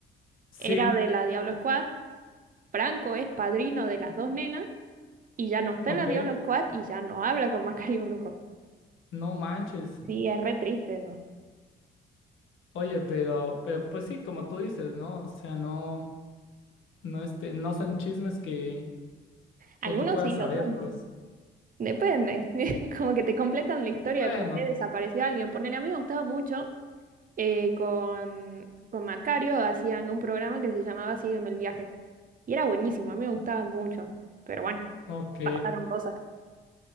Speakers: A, on the left; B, on the right.
A: Sí,
B: Era de la Diablo Squad. Franco es padrino de las dos nenas y ya no está
A: ok.
B: en la Diablo Squad y ya no habla con Macario Brujo.
A: No manches.
B: Sí, es re triste eso.
A: Oye, pero, pero pues sí, como tú dices, ¿no? O sea, no, no, este, no son chismes que,
B: Algunos
A: que tú puedas
B: sí,
A: saberlos.
B: otros no. Depende. <laughs> Como que te completan la historia
A: Bueno,
B: de por qué desapareció alguien. Ponele, a mí me gustaba mucho eh, con, con Macario, hacían un programa que se llamaba Sígueme el viaje. Y era buenísimo, a mí me gustaba mucho. Pero bueno,
A: ok.
B: pasaron cosas.